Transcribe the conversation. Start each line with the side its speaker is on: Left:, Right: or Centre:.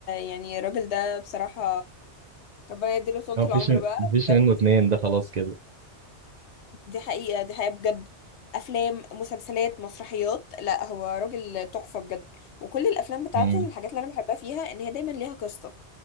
Left: يعني الراجل ده بصراحة ربنا يديله طولة
Right: هو مفيش
Left: العمر بقى
Right: مفيش
Left: بجد
Right: منه اتنين ده خلاص كده
Left: دي حقيقة دي حقيقة بجد افلام مسلسلات مسرحيات لا هو راجل تحفة بجد وكل الافلام بتاعته
Right: امم
Left: الحاجات اللي انا بحبها فيها ان هي دايما ليها قصة